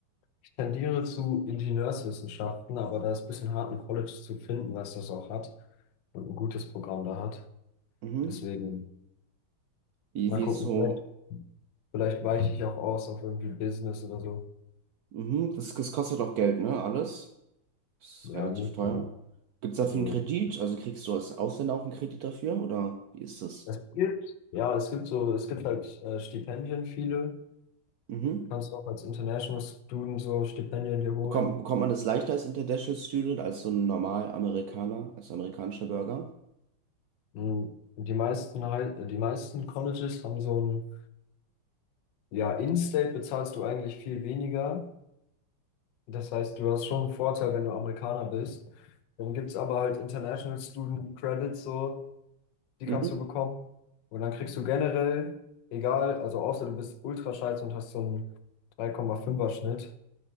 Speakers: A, on the left; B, on the right.
A: ich tendiere zu Ingenieurswissenschaften, aber da ist ein bisschen hart, ein College zu finden, was das auch hat und ein gutes Programm da hat.
B: Mhm.
A: Deswegen
B: Wie,
A: mal
B: wie
A: gucken,
B: ist so?
A: vielleicht Vielleicht weiche ich auch aus auf irgendwie Business oder so.
B: Mhm. Das, das kostet auch Geld, ne? Alles. Ist
A: Ja,
B: relativ
A: gut,
B: teuer.
A: mal.
B: Gibt es
A: Also
B: dafür einen Kredit? Also kriegst du als Ausländer auch einen Kredit dafür? Oder wie ist das?
A: es gibt, ja, es gibt so, es gibt halt äh, Stipendien, viele.
B: Mhm.
A: Kannst auch als International Student so Stipendien dir holen.
B: Bekommt, bekommt man das leichter als International Student, als so ein normal Amerikaner, als amerikanischer Bürger?
A: Mhm. Die meisten halt, die meisten Colleges haben so ein, ja, In-State bezahlst du eigentlich viel weniger. Das heißt, du hast schon einen Vorteil, wenn du Amerikaner bist. Dann gibt es aber halt International Student Credits so. die
B: Mhm.
A: kannst du bekommen. Und dann kriegst du generell, egal, also außer du bist ultra scheiße und hast so einen 3,5er Schnitt,